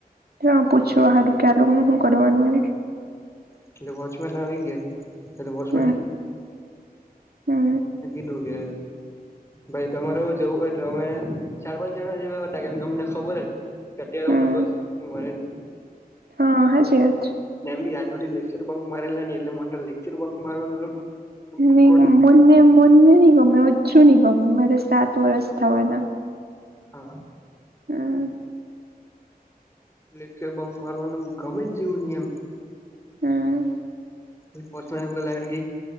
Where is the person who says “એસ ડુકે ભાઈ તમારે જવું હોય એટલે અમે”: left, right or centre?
Left